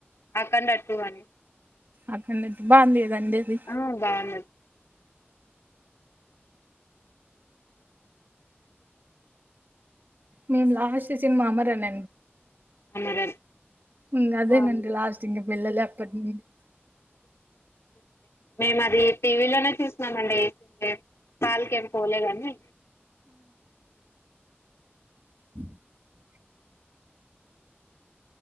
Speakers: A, on the left (about 90°); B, on the right (about 50°).
A: అఖండ <unintelligible>
B: అఖండ బాగుంది కదా అండి అది
A: ఆ బాగుంది
B: మేము లాస్ట్ సినిమా అమరన్
A: అమరన్
B: ఇంగ అదే
A: అవునండి
B: నండి లాస్ట్ ఇంగ పిల్ళల ఎప్పటి నుడి
A: మేము అది టీవీ లోనే చూసినం అండి హాల్ కేం పోలేందండి.
B: - <inaudible>